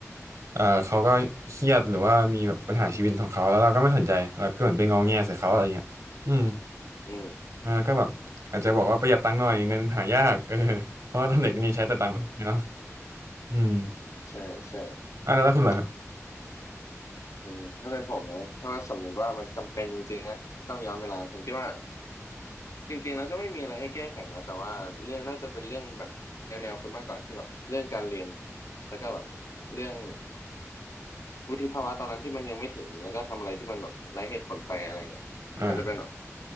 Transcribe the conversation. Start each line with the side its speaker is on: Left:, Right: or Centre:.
Right: เออเขาก็เครียดหรือว่ามีแบบปัญหาชีวิตของเขาแล้วเราก็ไม่สนใจเราก็เหมือนไปงอแงใส่เขาอะไรเงี้ยอืม
Left: อืมอืม
Right: แล้วก็แบบอาจจะบอกว่าประหยัดตังค์หน่อยเงินหายากเออเพราะว่าตอนเด็กนี่ใช้แต่ตังค์นีเนาะ
Left: อืม
Right: อืม
Left: ใช่ใช่
Right: อ่ะแล้วคุณล่ะครับ
Left: อืมอืมถ้าเป็นผมนะถ้าว่าสมมุติว่ามันจำเป็นจริงๆนะที่ต้องย้อนเวลาผมคิดว่า จริงๆแล้วก็ไม่มีอะไรให้แก้ไขนะแต่ว่าเรื่องน่าจะเป็นเรื่องแบบแนวๆคุณมากกว่าที่แบบเรื่องการเรียนแล้วก็แบบเรื่องวุฒิภาวะตอนนั้นที่มันยังไม่ถึงแล้วก็ทำอะไรที่มันแบบไร้เหตุผลไปอะไรเงี้ยอาจจะเป็นแบบ
Right: อ่า